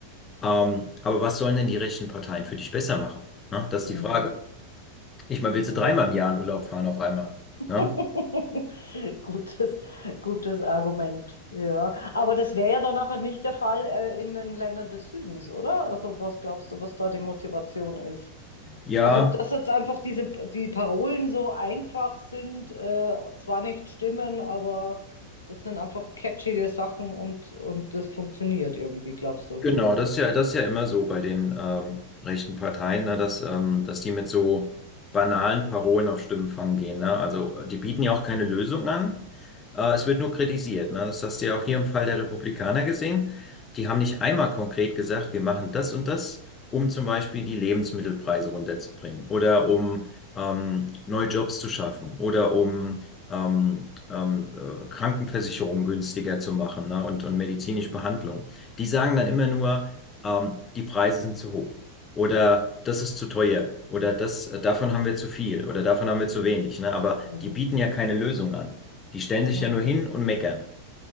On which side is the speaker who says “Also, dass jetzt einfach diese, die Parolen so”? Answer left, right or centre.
Left